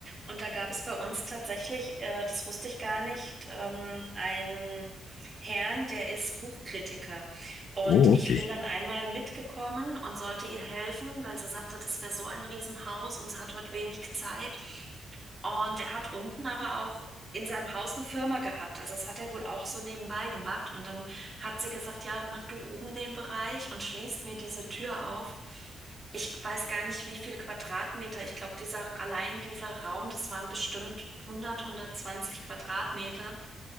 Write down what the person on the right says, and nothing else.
Und da gab es bei uns tatsächlich, äh, das wusste ich gar nicht, ähm, einen Herrn, der ist Buchkritiker. Und
ich
bin
dann einmal mitgekommen und sollte ihr helfen, weil sie sagte, das wäre so ein Riesenhaus und sie hat heute wenig Zeit. Und er hat unten aber auch in seinem Haus eine Firma gehabt. Also das hat er wohl auch so nebenbei gemacht. Und dann hat sie gesagt, ja, mach du oben den Bereich und schließt mir diese Tür auf. Ich weiß gar nicht, wie viel Quadratmeter. Ich glaube, dieser, allein dieser Raum, das waren bestimmt 100, 120 Quadratmeter